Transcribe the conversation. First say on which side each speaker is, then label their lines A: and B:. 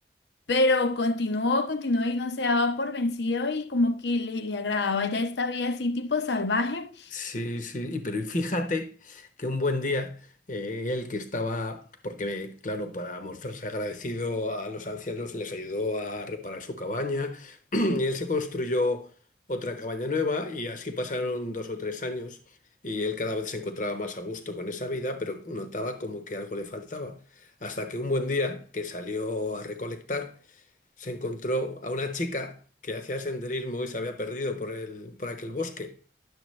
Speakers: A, on the left (about 80°); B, on the left (about 45°).
A: pero continuó, continuó y no se daba por vencido y como que le, le agradaba ya esta vida así tipo salvaje.
B: Sí, sí, y pero y fíjate que un buen día eh, él que estaba, porque claro, para mostrarse agradecido a los ancianos les ayudó a reparar su cabaña <clears throat> y él se construyó otra cabaña nueva y así pasaron dos o tres años y él cada vez se encontraba más a gusto con esa vida, pero notaba como que algo le faltaba. Hasta que un buen día que salió a recolectar se encontró a una chica que hacía senderismo y se había perdido por el, por aquel bosque.